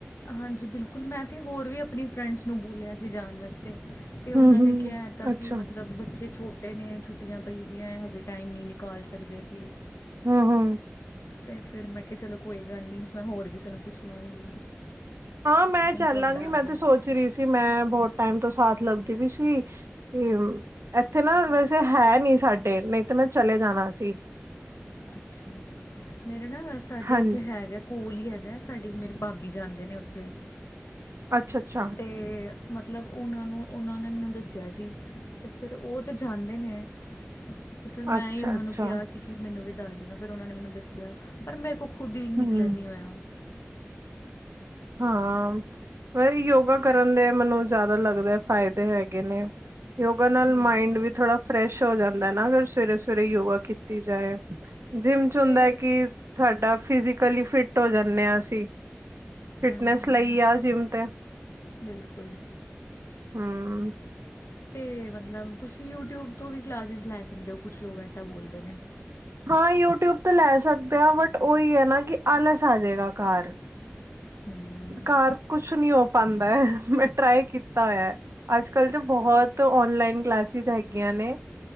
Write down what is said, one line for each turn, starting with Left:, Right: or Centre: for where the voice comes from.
Left: ਹਾਂਜੀ, ਬਿਲਕੁਲ ਮੈਂ ਤਾਂ ਹੋਰ ਵੀ ਆਪਣੀ ਫਰੈਂਡਸ ਨੂੰ ਬੋਲਿਆ ਸੀ ਜਾਣ ਵਾਸਤੇ। ਤੇ ਓਨਾਂ
Right: ਹਮ ਹਮ
Left: ਨੇ ਕੈ ਤਾ
Right: ਅੱਛਾ
Left: ਕੀ ਮਤਲਬ ਬੱਚੇ ਛੋਟੇ ਨੇ, ਛੁੱਟੀਆਂ ਪਈ ਦੀਆਂ। ਹਜੇ ਟਾਈਮ ਨੀ ਨਿਕਲ- ਕਾਲ ਸਕਦੇ ਅਸੀਂ।
Right: ਹੂੰ।
Left: ਤੇ ਫਿਰ ਮੈਂ ਕਿਹਾ, ਚਲੋ ਕੋਈ ਗੱਲ ਨਹੀਂ ਮੈਂ ਹੋਰ ਕਿਸੇ ਨੂੰ ਪੁੱਛ ਲਾਂਗੀ।
Right: ਹਾਂ, ਮੈਂ
Left: ਹੁਣ
Right: ਚੱਲਾਂਗੀ
Left: ਤੁਹਾਡਾ ਆ
Right: ਮੈਂ
Left: ਗਿਆ।
Right: ਤੇ ਸੋਚ ਰਹੀ ਸੀ ਮੈਂ ਬਹੁਤ ਟਾਈਮ ਤੋਂ ਸਾਥ ਲੱਭਦੀ ਪੀ ਸੀ। ਕੀ ਐਥੇ ਨਾ ਵੈਸੇ ਹੈ ਨੀ ਸਾਡੇ ਨਈ ਤਾਂ ਮੈਂ ਚਲੇ ਜਾਣਾ ਸੀ।
Left: ਅੱਛਾ ਮੇਰੇ ਨਾ ਸਾਡੇ
Right: ਹਾਂਜੀ
Left: ਏਥੇ ਹੈਗਾ- ਕੋਲ ਈ ਹੈਗਾ, ਸਾਡੇ ਮੇਰੇ ਭਾਬੀ ਜਾਂਦੇ ਨੇ ਓਥੇ।
Right: ਅੱਛਾ-ਅੱਛਾ।
Left: ਤੇ ਮਤਲਬ ਉਨਾਂਨੂੰ ਉਨਾਂ ਨੇ ਮੈਨੂੰ ਦੱਸਿਆ ਸੀ ਤੇ ਫਿਰ ਉਹ ਤਾਂ ਜਾਂਦੇ ਨੇ। ਤੇ ਫਿਰ ਮੈਂ
Right: ਅੱਛਾ
Left: ਹੀ ਉਹਨਾਂ
Right: ਅੱਛਾ
Left: ਨੂੰ ਕਿਹਾ ਸੀ। ਕਿ ਮੈਨੂੰ ਵੀ ਦੱਸ ਦੇਣਾ, ਫਿਰ ਉਹਨਾਂ ਨੇ ਮੈਨੂੰ ਦੱਸਿਆ, ਪਰ ਮੇਰੇ ਕੋ ਖੁਦ ਹੀ ਨਿਕਲਣ
Right: ਹਮ
Left: ਨਹੀਂ ਹੋਇਆ।
Right: ਹਾਂ। ਫਿਰ ਯੋਗਾ ਕਰਨ ਦੇ ਮੈਨੂੰ ਜ਼ਿਆਦਾ ਲੱਗਦਾ ਫਾਇਦੇ ਹੈਗੇ ਨੇ। ਯੋਗਾ ਨਾਲ
Left: ਬਿਲਕੁਲ
Right: ਮਾਇੰਡ ਵੀ ਥੋੜ੍ਹਾ ਫਰੈਸ਼ ਹੋ ਜਾਂਦਾ ਨਾ ਅਗਰ ਸਵੇਰੇ ਸਵੇਰੇ ਯੋਗਾ ਕੀਤੀ ਜਾਏ‌ ਜਿੰਮ ਚ ਹੁੰਦਾ
Left: ਤੇ
Right: ਹੈ ਕਿ ਸਾਡਾ ਫਿਜ਼ੀਕਲੀ ਫਿੱਟ ਹੋ ਜਾਂਦੇ ਹਾਂ ਅਸੀਂ। ਫਿਟਨੈਸ
Left: ਹਮ
Right: ਲਈ ਆ ਜਿੰਮ ਤੇ।
Left: ਬਿਲਕੁਲ
Right: ਹੂੰ
Left: ਤੇ ਮਤਲਬ ਤੁਸੀਂ ਯੂਟਿਊਬ ਤੋਂ ਵੀ ਕਲਾਸਿਸ ਲੈ ਸਕਦੇ ਹੋ ਕੁਛ ਲੋਕ ਐਸਾ ਬੋਲਦੇ ਨੇ।
Right: ਹਾਂ ਯੂਟਿਊਬ ਤੇ ਲੈ ਸਕਦੇ, ਬਟ ਓਈ ਐ ਨਾ ਕੀ ਆਲਸ ਆ ਜੇਗਾ ਘਾਰ
Left: ਹਮ
Right: ਘਰ ਕੁਛ ਨਹੀਂ ਹੋ ਪਾਦਾ ਏ ਮੈਂ ਟਰਾਈ ਕੀਤਾ ਹੋਇਆ ਅੱਜ-ਕੱਲ੍ਹ ਤਾਂ ਬਹੁਤ ਤੋਂ ਔਨਲਾਈਨ ਕਲਾਸਿਸ ਹੈਗੀਆਂ ਨੇ।